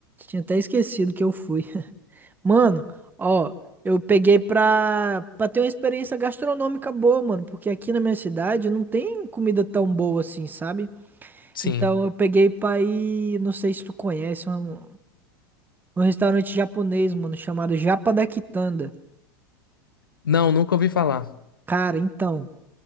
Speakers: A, on the right; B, on the left.
A: Tinha até esquecido que eu fui. Mano, ó, eu peguei pra, pra ter uma experiência gastronômica boa, mano, porque aqui na minha cidade não tem comida tão boa assim, sabe?
B: Sim.
A: Então eu peguei pra ir, não sei se tu conhece, um, um restaurante japonês, mano, chamado Japa da Quitanda.
B: Não, nunca ouvi falar.
A: Cara, então.